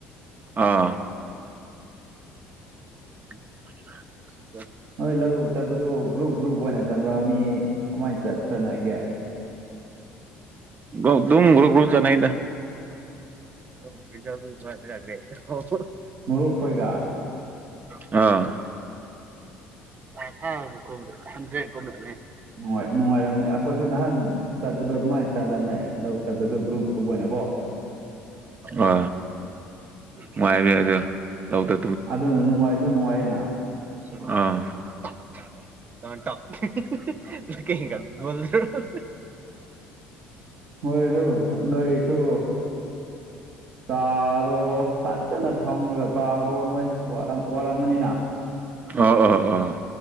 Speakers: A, on the right; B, on the right.
A: ꯑꯥ <inaudible>
B: ꯅꯣꯏ ꯂꯧ ꯆꯠꯄꯗꯨ ꯒ꯭ꯔꯨꯞ ꯒ꯭ꯔꯨꯞ ꯑꯣꯏꯅ ꯆꯠꯕ꯭ꯔ ꯃꯤ ꯀꯃꯥꯏꯅ ꯆꯠꯅꯒꯦ
A: ꯑꯗꯨꯝ ꯒ꯭ꯔꯨꯄ ꯒ꯭ꯔꯨꯞ ꯆꯠꯅꯩꯗ <unintelligible>
B: ꯃꯔꯨꯞ ꯈꯣꯏꯒ
A: ꯑ <unintelligible>
B: ꯅꯨꯡꯉꯥꯏ ꯅꯨꯡꯉꯥꯏꯔꯝꯅꯤ ꯑꯩꯈꯣꯏꯁꯨ ꯅꯍꯥꯟ ꯆꯠꯄꯗꯣ ꯑꯗꯨꯃꯥꯏꯅ ꯆꯠꯂꯝꯃꯦ ꯂꯧ ꯆꯠꯄꯁꯨ ꯒ꯭ꯔꯨꯞ ꯒ꯭ꯔꯨꯞ ꯑꯣꯏꯅꯀꯣ
A: ꯑ ꯅꯨꯡꯉꯥꯏꯕꯤ ꯑꯗꯨ ꯂꯧꯗꯥ
B: ꯑꯗꯨꯅ ꯅꯨꯡꯉꯥꯏꯁꯨ ꯅꯨꯡꯉꯥꯏꯌꯦꯅ
A: ꯑ <unintelligible>
B: ꯍꯣꯏ ꯑꯗꯨ ꯅꯣꯏꯁꯨ ꯆꯥꯔꯣ ꯐꯖꯅ ꯊꯥꯎꯉꯒ ꯆꯥꯔꯣ ꯅꯣꯏ ꯋꯥꯔꯝꯃꯅꯤꯅ
A: ꯑꯣ ꯑꯣ ꯑꯣ